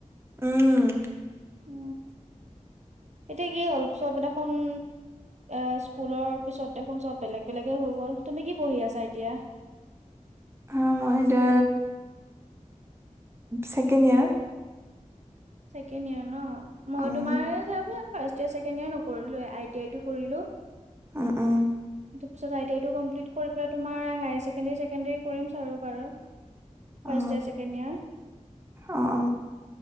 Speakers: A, on the right; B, on the right.
A: উম
B: উ। এতিয়া কি হ'ল চব এটাখনোন এ, স্কুলৰ পিছত দেখোন চব বেলেগ, বেলেগে হৈ গ'ল তুমি কি পঢ়ি আছা এতিয়া? <inaudible>
A: অ, মই এতিয়া ছেকেণ্ড ইয়াৰ
B: কেড ইয় ন, মই
A: উম
B: তোমাৰ ফাৰয় চছেকয় নকৰিলো। এতিয় এইটো কৰিলো।
A: উ, উ।
B: তাৰপিছতইটিই টোম্লিট কৰি পাই তোমাৰ হাৰ ছেকেডাৰী, ছেকেণ্ডৰী কৰিম চ আৰু বু ফাৰষ্টট
A: অ
B: ইয়াৰ চছেকেণ্ড ইয়াৰ
A: অ অ